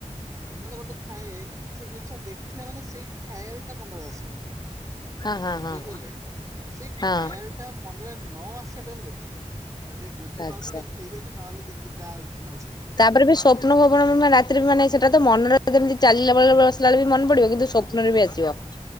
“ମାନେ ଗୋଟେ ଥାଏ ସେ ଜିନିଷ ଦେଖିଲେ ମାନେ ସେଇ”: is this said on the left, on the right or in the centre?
Right